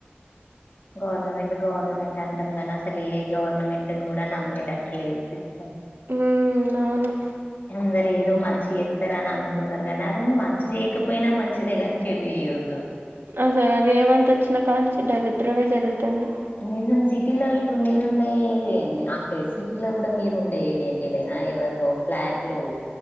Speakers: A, on the left (about 50°); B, on the right (about 75°).
A: గవర్నమెంట్ గవర్నమెంట్ అంటాం గనీ అసలు ఏ గవర్నమెంట్ని కూడా నమ్మేటట్టు లేదు సిస్
B: ఊ అవును
A: అందరు ఏదో మంచి చేస్తారు అని అనుకున్నారు గానీ అరే నువ్ మంచి చేయకపోయినా మంచిదే కాని చెడు చే ఇయోద్దు
B: అసలు రేవంత్ వచ్చినా కా నుంచి దరిద్రమే జరుగుతుంది
A: నిజం సిటీల ఇప్పుడు మీరుండే అంటే సిటీలో కూడా మీరుండే ఏరియాకి ఏదైనా ఇవదు ఫ్లాట్లు